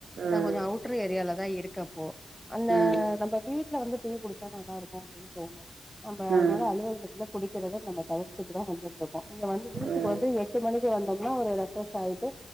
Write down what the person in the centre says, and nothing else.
நா கொஞ்ச அவுட்டர் ஏரியால தா இருக்க இப்போ அந்த
நம்ம வீட் வீட்ல வந்து டீ குடிச்சா நல்லா இருக்கூ அப்டின் தோணு நம்ப
அதனால அலுவலகத்துல குடிக்கறத நம்ம தவிர்த்துட்டு தா வந்துட்ருக்கோ இங்க வந்து வீட்டுக்கு
வந்து எட் எட்டு மணிக்கு வந்தோம்னா ஒரு ரெஃப்ரெஷ் ஆயிட்டு